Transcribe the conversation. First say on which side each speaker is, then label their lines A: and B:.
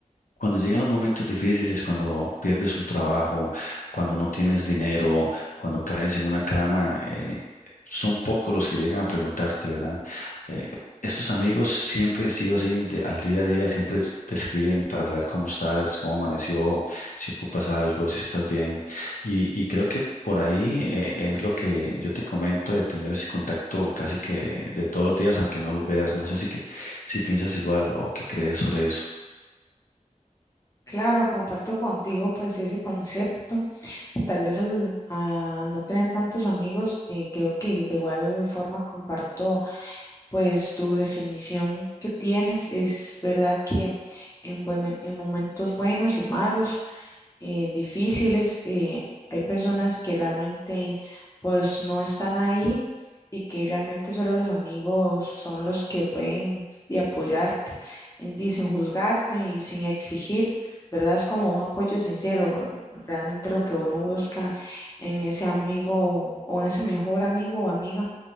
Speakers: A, on the left; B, on the left.
A: cuando llegan los momentos difíciles, cuando pierdes un trabajo, cuando no tienes dinero, cuando caes en una cama, eh, son pocos los que llegan a preguntarte, ¿verdad? Eh, estos amigos siempre, sí o sí, de- al día a día, siempre te escriben para saber cómo estás, cómo amaneció, si ocupas algo, si estás bien. Y, y creo que por ahí eh, es lo que yo te comento de tener ese contacto casi que de todos los días, aunque no los veas. No sé si que si piensas igual o qué crees sobre eso.
B: Claro, comparto contigo pues ese concepto y tal vez al, al no tener tantos amigos, eh, creo que de igual forma comparto pues tu definición que tienes. Es verdad que en, buen- en momentos buenos y malos eh, difíciles. eh, hay personas que realmente pues no están ahí y que realmente solo los amigos son los que pueden y apoyarte, en, di- sin juzgarte y sin exigir, ¿verdad? Es como un apoyo sincero, realmente lo que uno busca en ese amigo o en ese mejor amigo o amiga.